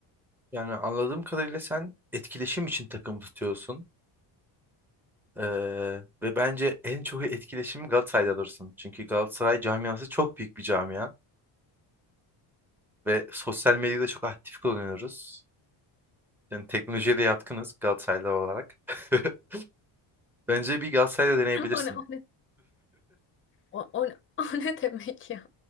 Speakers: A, in the centre; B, on the left (about 25°).
A: Yani anladığım kadarıyla sen etkileşim için takım tutuyorsun. Ee, ve bence en çok etkileşimi Galatasaray'da alırsın. Çünkü Galatasaray camiası çok büyük bir camia. Ve sosyal medyada çok aktif kullanıyoruz. Yani teknolojiye de yatkınız Galatasaraylı olarak. <laughs> Bence bir Galatasaray'da deneyebilirsin.
B: O ne, o ne? O, o, <laughs> o ne demek ya?